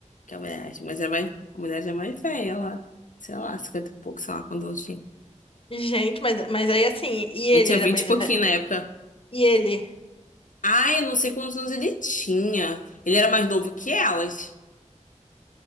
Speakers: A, on the left; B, on the left.
A: que a mulher, mas é mais, a mulher já é mais velha, ela, sei lá, 50 e pouco, sei lá quando eu tinha.
B: Gente, mas, mas aí assim, e
A: Eu
B: ele
A: tinha
B: era
A: 20
B: mais.
A: e pouquinho
B: ve-
A: na época.
B: E ele?
A: Ai, eu não sei quantos anos ele tinha. Ele era mais novo que elas.